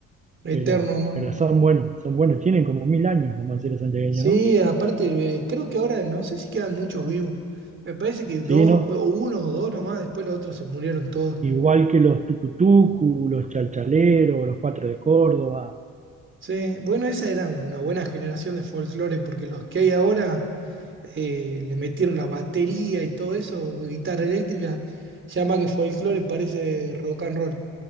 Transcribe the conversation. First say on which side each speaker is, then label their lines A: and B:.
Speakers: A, on the right; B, on the right.
A: eterno
B: pero,
A: amor.
B: pero son buenos, son buenos. Tienen como mil años los manceros santiagueños,
A: Sí,
B: ¿no?
A: aparte, eh, creo que ahora no sé si quedan muchos vivos. Me parece que dos,
B: Sí, ¿no?
A: o uno o dos nomás, después los otros se murieron todos.
B: Igual que los tucutucu, los chalchaleros, los cuatro de Córdoba.
A: Sí, bueno, esa era una buena generación de folclore, porque los que hay ahora eh, le metieron la batería y todo eso, guitarra eléctrica, ya más que folclore parece rock and roll.